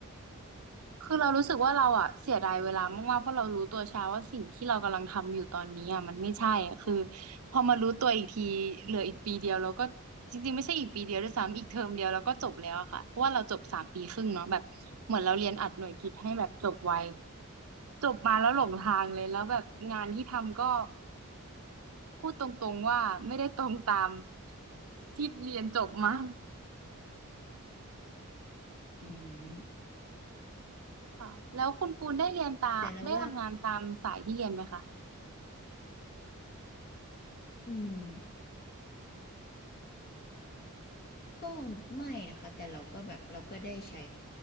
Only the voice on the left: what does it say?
อืม
แต่เราว่าอืมก็ไม่นะคะแต่เราก็แบบเราก็ได้ใช้